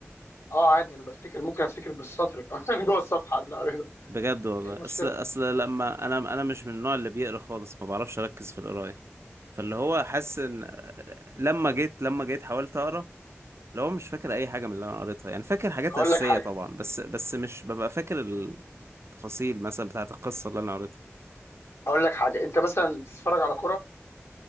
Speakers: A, on the left (about 70°); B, on the right (about 65°).
A: اه عادي انا بفتكر ممكن افتكر بالسطر كمان <laughs> جوه الصفحه اللي قريتها
B: بجد والله
A: ايه المشكله
B: اصل اصل لما انا انا مش من النوع اللي بيقرا خالص ما بعرفش اركز في القرايه فاللي هو حاسس ان لما جيت لما جيت حاولت اقرا اللي هو مش فاكر اي حاجه من اللي انا قريتها يعني فاكر حاجات
A: هقول
B: اساسيه
A: لك حاجه
B: طبعا بس بس مش ببقى فاكر التفاصيل مثلا بتاعه القصه اللي انا قريتها
A: هقول لك حاجه انت مثلا بتتفرج على كوره